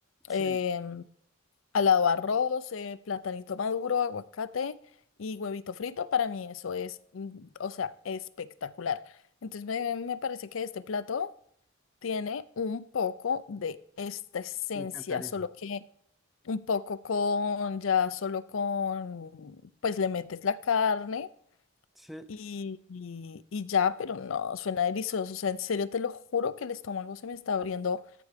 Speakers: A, in the centre; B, on the left (about 80°).
A: sí,
B: em, al lado arroz, eh, platanito maduro, aguacate y huevito frito, para mí eso es, mm, o sea, espectacular. Entonces me, me parece que este plato tiene un poco de esta esencia,
A: te encantaría.
B: solo que un poco con, ya solo con, pues le metes la carne
A: Sí,
B: y, y, y ya, pero no, suena delicioso. O sea, en serio te lo juro que el estómago se me está abriendo